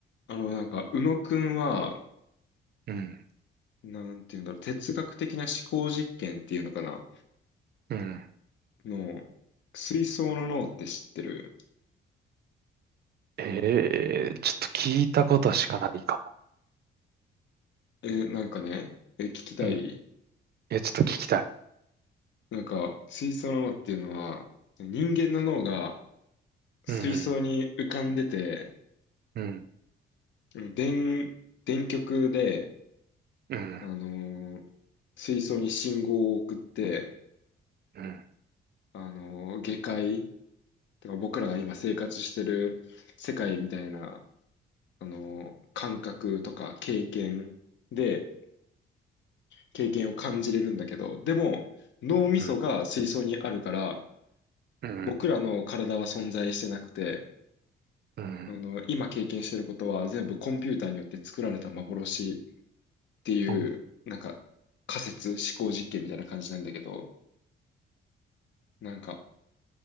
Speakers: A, on the left; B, on the right.
A: あの、なんか、宇野くんは、
B: うん。
A: なんていうんだろう、哲学的な思考実験っていうのかな、
B: うん。
A: の、水槽の脳って知ってる
B: ええ、ちょっと聞いたことしかないかも。
A: え、なんかね、え、聞きたい
B: うん。え、ちょっと聞きたい。
A: なんか、水槽の脳っていうのは、人間の脳が水槽に浮かんでて、
B: うん。うん。
A: うん電、電極で、
B: うん。
A: あのー水槽に信号を送って、
B: うん。
A: あのー下界、てか僕らが今生活してる世界みたいな、あの、感覚とか経験で、経験を感じれるんだけど、でも、脳みそが水槽にあるから、
B: うん。うん。
A: 僕らの体は存在してなくて、
B: うん。
A: あの、今経験してることは全部コンピューターによって作られた幻っていう、
B: うん
A: なんか、仮説、思考実験みたいな感じなんだけど、なんか、